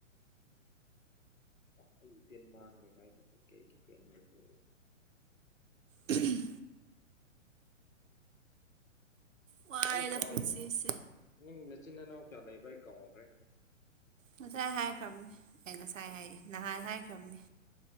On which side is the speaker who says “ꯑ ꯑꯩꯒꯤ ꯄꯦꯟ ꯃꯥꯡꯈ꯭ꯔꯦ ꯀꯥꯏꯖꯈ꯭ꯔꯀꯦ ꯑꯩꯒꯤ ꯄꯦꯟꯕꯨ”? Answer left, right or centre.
Left